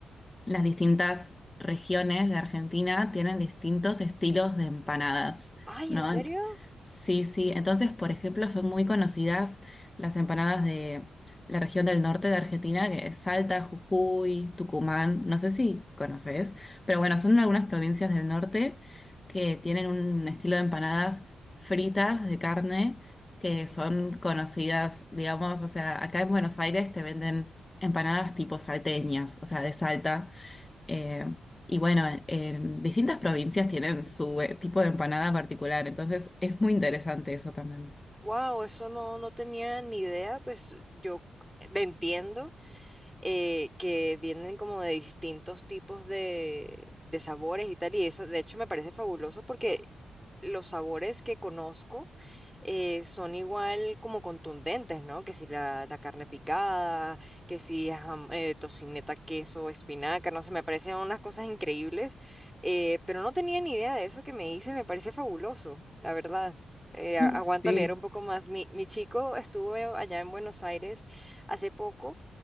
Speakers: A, on the left; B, in the centre.
A: las distintas regiones de Argentina tienen distintos estilos de empanadas,
B: Ay,
A: ¿no?
B: ¿en serio?
A: Ent- Sí, sí. Entonces, por ejemplo, son muy conocidas las empanadas de la región del norte de Argentina, que es Salta, Jujuy, Tucumán, no sé si conoces, pero bueno, son algunas provincias del norte que tienen un estilo de empanadas fritas de carne que son conocidas, digamos, o sea, acá en Buenos Aires te venden empanadas tipo salteñas, o sea, de Salta eh, y bueno, en distintas provincias tienen su eh, tipo de empanada particular, entonces es muy interesante eso también.
B: Wow, eso no, no tenía ni idea. Pues yo le entiendo. eh, que vienen como de distintos tipos de, de sabores y tal, y eso de hecho me parece fabuloso porque los sabores que conozco eh, son igual como contundentes, ¿no? Que si la, la carne picada, que si jam- eh, tocineta, queso, espinaca, no sé, me parecen unas cosas increíbles, eh, pero no tenía ni idea de eso que me hice, me parece fabuloso, la verdad. Eh, a-
A: <laughs>
B: aguanta
A: Sí.
B: leer un poco más. Mi, mi chico estuvo allá en Buenos Aires hace poco